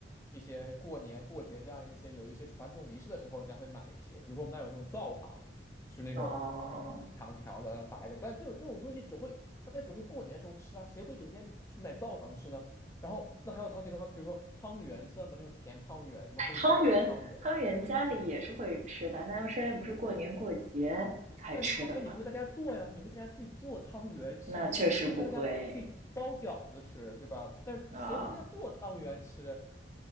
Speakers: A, on the left; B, on the right.
A: 一些过年过节这样一些有一些传统仪式的时候，你才会买一些。比如说我们那儿有那种灶糖，就是那种
B: 哦，
A: 一长条的白的，但这种这种东西只会大家只会过年时候吃啊，谁会整天去买灶糖吃呢？然后那还有糖饼糖，比如说汤圆算吗？那种甜汤圆，什么黑芝麻汤圆。
B: 哎，汤圆，汤圆家里也是会吃的，他们生来不是过年过节才吃的吗？
A: 但是汤圆你不会在家做呀，你会在家自己做汤圆吃吗？
B: 那确实不会
A: 我们会在家自己包饺子吃，对吧？但是谁会在家做汤圆吃？
B: 啊，